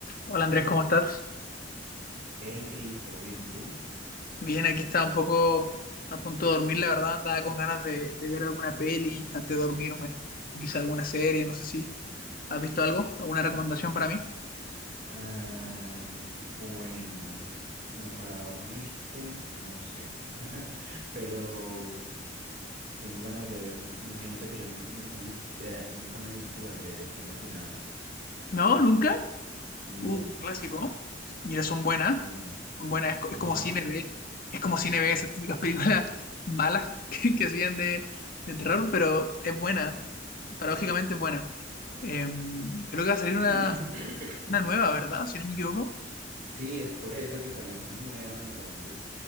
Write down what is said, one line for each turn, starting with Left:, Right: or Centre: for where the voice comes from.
Left: Hola Andrés, ¿cómo estás?
Right: Hey, Chris, ¿todo bien? ¿Y tú?
Left: Bien, aquí estaba un poco a punto de dormir, la verdad, andaba con ganas de, de ver alguna peli antes de dormirme, o quizá alguna serie, no sé si has visto algo, alguna recomendación para mí.
Right: Ah, bueno, como para dormirte, no sé, <laughs> pero tengo ganas de verme. Imagínate que yo nunca me, vi- eh, nunca me he visto las de Destino Final,
Left: No, nunca.
Right: nunca.
Left: Uh, clásico. ¿no? Mira, son buenas,
Right: De más.
Left: son buenas, es, co- es
Right: Ajá.
Left: como cine B, es como cine B, esas típicas películas malas <laughs> que, que hacían de, de terror, pero es buena, paradójicamente es buena. Em, creo que va a salir una,
Right: <clears throat>
Left: una nueva, ¿verdad? Si no me equivoco.
Right: Sí, es por eso que salió una nueva, entonces